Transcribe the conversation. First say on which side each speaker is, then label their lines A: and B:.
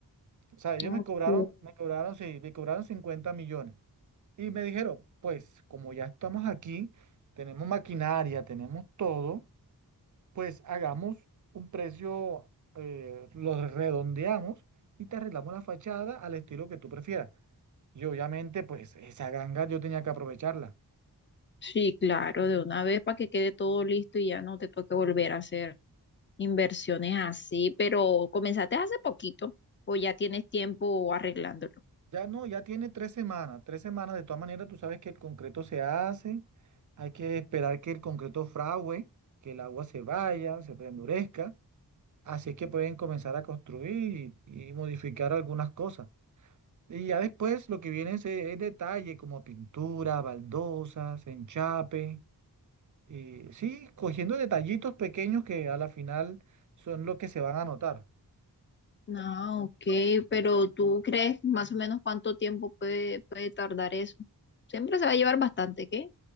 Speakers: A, on the right; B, on the left.
A: O sea, ellos
B: ok.
A: me cobraron, me cobraron, sí, me cobraron 50 millones. Y me dijeron, pues como ya estamos aquí, tenemos maquinaria, tenemos todo, pues hagamos un precio, eh, lo redondeamos y te arreglamos la fachada al estilo que tú prefieras. Y obviamente, pues esa ganga yo tenía que aprovecharla.
B: Sí, claro, de una vez para que quede todo listo y ya no te toque volver a hacer inversiones así, pero comenzaste hace poquito o ya tienes tiempo arreglándolo.
A: Ya no, ya tiene tres semanas, tres semanas. De todas maneras, tú sabes que el concreto se hace, hay que esperar que el concreto fragüe, que el agua se vaya, se endurezca. Así es que pueden comenzar a construir y, y modificar algunas cosas. Y ya después lo que viene es, eh, es detalle como pintura, baldosas, enchape. eh, sí, cogiendo detallitos pequeños que a la final son los que se van a notar.
B: Ah, ok, pero ¿tú crees más o menos cuánto tiempo puede, puede tardar eso? Siempre se va a llevar bastante, ¿qué?